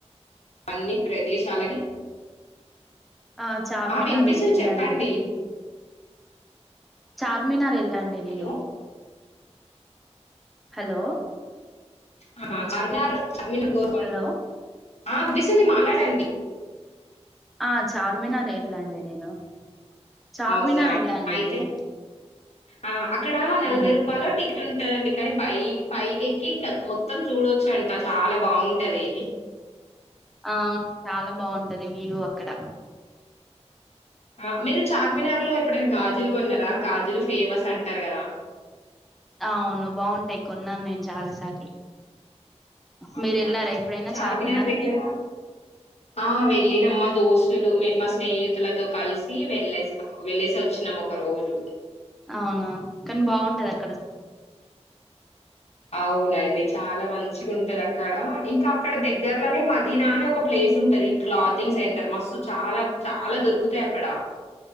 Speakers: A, on the left; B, in the centre.
A: అన్నీ ప్రదేశాలకి
B: ఆ చార్మినాల్
A: వినిపిస్తుంది
B: ఎళ్లా
A: చెప్పండి.
B: అండి. నేను చార్మినార్. వెళ్ళాండి నేను.
A: హలో
B: హలో
A: ఆహా అర్మినార్. అడ్మిన్ గోల్కొం
B: హలో
A: ఆ విటిస్తుంది. మాట్లాడండి.
B: ఆ చార్మినార్ ఏళ్ళా అండి. నేను చార్మినార్
A: అవునా
B: ఏళ్ళా అండి.
A: అయితే
B: నేను
A: ఆ అక్కడ నలభై
B: మ్మ్
A: రూపాలలో టిక్ టు ఉంటదండి. కానీ పైకి పైకి ఎక్కి మొత్తం చూడొచ్చు అంట చాలా బాగుంటది.
B: ఆ చాలా బాగుంటది. వ్యూ ఇక్కడ
A: ఆ మీరు చార్మినార్ లో ఎప్పుడైనా గాజులు కొన్నారా. గాజులు ఫేమస్ అంటారు కదా.
B: అవును బాగుంటాయి. కొన్నాను నేను చాలా సార్లు.
A: అవునా.
B: మీరు వెళ్ళారా ఎప్పుడైనా
A: చార్మినార్ దగ్గర
B: కి
A: ఆ వెళ్లినం మాత్ దోస్తులు, మే మా స్నేహితులతో కలిసి వెళ్లేసి వెళ్లేసి వచ్చినాము. ఒక రోజు
B: అవునా. కానీ బాగుంటది. అక్
A: అవునండి. చాలా మంచిగా ఉంటది అక్కడ. ఇంకా అక్కడ దగ్గరలోనే మదీనా అనే ఒక ప్లేస్ ఉంటది. క్లాతింగ్ సెంటర్ మస్ చాలా, చాలా దొరుకుతాయి. అక్ కడ